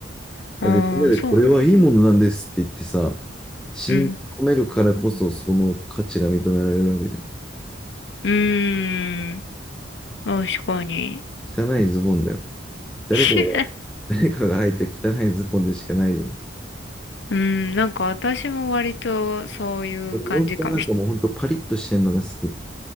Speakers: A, on the left; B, in the centre.
A: <laughs> ああ、
B: だってみんなでこれはいいものなんですって言ってさ、
A: そうなんだ。
B: 信じ込めるからこそその価値が認められるわけじゃん。
A: うん。うーん。確かに。
B: 汚いズボンだよ。誰かが、
A: <laughs>
B: <laughs> 誰かが履いた汚いズボンでしかないよね。
A: うん、なんか私も割とそういう感じかもし、
B: 俺洋服はなんかもうほんとパリッとしてんのが好き。